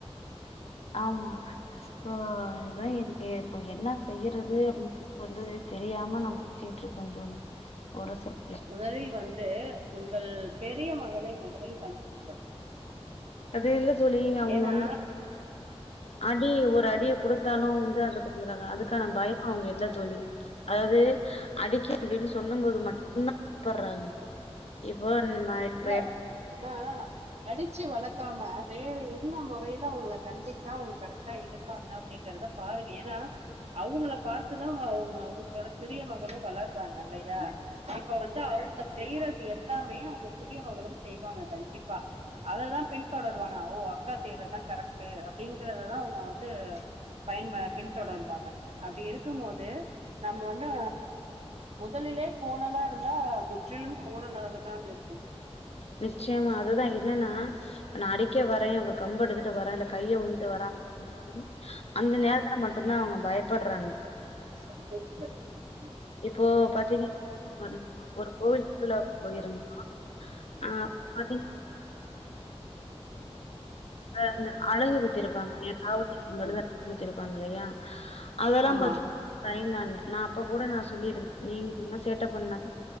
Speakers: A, on the left; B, on the right.
A: ஆமா <unintelligible> இதா எனக்கு இப்ப என்ன செய்யறது அப்டின் <inaudible> வந்து தெரியாம நா <inaudible> ச்சிட்டு க்கம் தோழி ஒரு <unintelligible>
B: முதலில் வந்து உங்கள் பெரிய மகளை முதலில் கண்டியுங்கள்
A: அது இல்ல தோழி அவுங்க
B: ஏன்னா
A: வந்து அடி ஒரு அடிய குடுத்தாலு <unintelligible> அதுக் க்கான பயமு அவங்க இல்ல தோழி அதாது அடிக்க <inaudible> அப்டின் சொல்லும்போது மட்டுந்தா பயப்பர்றாங்க இப்போ நம்ம இப்ப
B: இல்ல ஏனா அடிச்சு வளக்காம வேற என்ன முறைல அவங்கள கண்டிச்சா அவங்க கரெக்டா இருப்பாங்க அப்டிங்கற றத பாருங்க ஏனா அவங்கள பாத்துதா ஒங்க ஒங்களோட சிறிய மகளு வளர்றாங்க இல்லையா இப்ப வந்து இவுங்க செய்றது எல்லாமே ஒங்க சிறியவங்களு செய்வாங்க கண்டிப்பா அததா பின் தொடருவாங்க அவ ஓ அக்கா செய்றதுதா கரெக்ட்டு அப்டிங்கறததா அவங்க வந்து பயன் ப பின்தொடருவாங்க அப்டி இருக்குபோது நம்ம வந்து முதலிலே கோணலா இருந்தா முற்றிலும் கோணலாகதான் இருக்கும்
A: நிச்சயமா அதுதா என்னன்னா இப்ப நா அடிக்க வரே இப்ப கம்ப எடுத் ட்டு வர இல்ல கைய ஓங்கிட்டு வர அப் <inaudible> அந்த நேரத்துல மட்டுந்தா அவங்க பயப்பட்றாங்க
B: <inaudible> ம்
A: இப்போ பாத்தீங் <inaudible> ஒரு கோவில் திருவிழாவுக்கு போயிருந்தோ ஆ <inaudible> அந்த அழகு குத்திருப்பாங்க ஏ காவட்டி <inaudible> எடுக்கும்போது அலகு குத்திருப்பா லயா அதெல்லா
B: ஆமா
A: பாத்து பயந்தாங்க நா அப்ப கூட நா சொ சொல்லிடு நீ <inaudible> சேட்ட பண்ணாக்